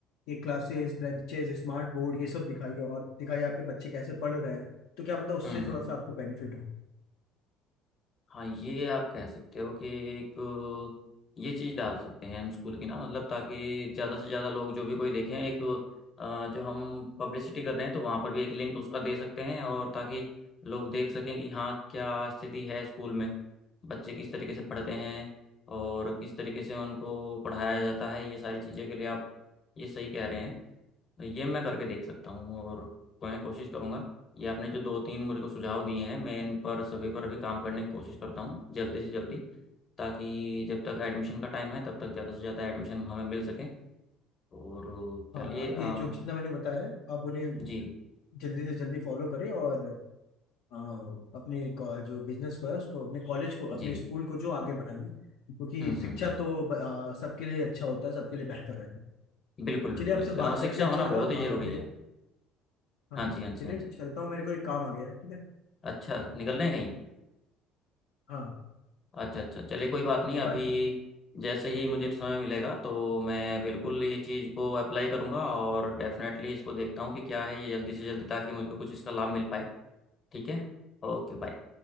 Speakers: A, on the left; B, on the left.
A: के क्लासेस ब्रांचेस स्मार्ट बोर्ड ये सब दिखाइए और दिखाइए आपके बच्चे कैसे पढ़ रहे हैं तो क्या पता उससे
B: हम्म हम्म
A: थोड़ा सा आपको बेनिफिट हो
B: हाँ ये आप कह सकते हो कि एक ये चीज़ डाल सकते हैं हम स्कूल की ना मतलब ताकि ज़्यादा से ज़्यादा लोग जो भी कोई देखें एक अ, जो हम पब्लिसिटी कर रहे हैं तो वहाँ पर भी एक लिंक उसका दे सकते हैं और ताकि लोग देख सकें कि हाँ क्या स्थिति है स्कूल में बच्चे किस तरीके से पढ़ते हैं और किस तरीके से उनको पढ़ाया जाता है ये सारी चीज़ों के लिए आप ये सही कह रहे हैं तो ये मैं करके देख सकता हूँ और मैं कोशिश करूंगा ये आपने जो दो तीन मुझे को सुझाव दिए हैं मैं इन पर सभी पर भी काम करने की कोशिश करता हूँ जल्दी से जल्दी ताकि जब तक एडमिशन का टाइम है तब तक ज़्यादा से ज़्यादा एडमिशन हमें मिल सके और
A: हाँ
B: चलिए
A: आप
B: अ,
A: ये जो जितना मैंने बताया आप उन्हें
B: जी
A: जल्दी से जल्दी फॉलो करें और अ, अपने को- जो बिजनेस को है उसको अपने कॉलेज को अपने
B: जी
A: स्कूल को जो आगे बढ़ाइए क्योंकि
B: हम्म
A: शिक्षा
B: हम्म हम्म
A: तो ब- अ, सबके लिए अच्छा होता है सबके लिए बेहतर रहता है
B: बिल्कुल
A: चलिए
B: बिल्कुल
A: आपसे
B: अ,
A: बात करके
B: शिक्षा
A: अच्छा
B: होना
A: लगा
B: बहुत ही ज़रूरी
A: आप अपने
B: है
A: हाँ
B: हाँ
A: हाँ
B: जी हाँ जी
A: चलिए
B: हाँ जी
A: चलता हूँ मेरे को एक काम आ गया है ठीक है
B: अच्छा निकल रहे हैं कहीं
A: हाँ हाँ
B: अच्छा अच्छा चलिए कोई बात
A: ठीक
B: नहीं
A: है
B: अभी
A: बाय
B: जैसे ही मुझे समय मिलेगा तो मैं बिल्कुल ये चीज़ को अप्लाई करूंगा और डेफिनेटली इसको देखता हूँ कि क्या है ये जल्दी से जल्दी ताकि मुझको कुछ इसका लाभ मिल पाए ठीक है Okay bye